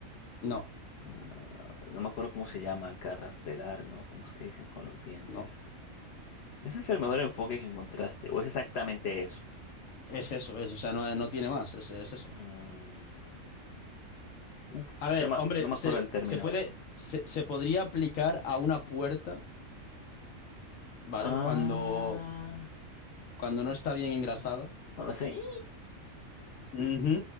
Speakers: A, on the left; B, on the left.
A: no,
B: Ah, no me acuerdo cómo se llama acá, raspelar, ¿no? ¿Cómo es que dicen con los dientes?
A: no.
B: Ese es el mejor enfoque que encontraste, o es exactamente eso.
A: Es eso, es, o sea, no, no tiene más, es es eso.
B: Mm, uf,
A: A
B: es
A: ver,
B: que no me,
A: hombre,
B: no me acuerdo
A: se,
B: del término.
A: se puede, se, se podría aplicar a una puerta, ¿vale?
B: Ah,
A: Cuando, cuando no está bien engrasada.
B: no lo sé.
A: Ujú,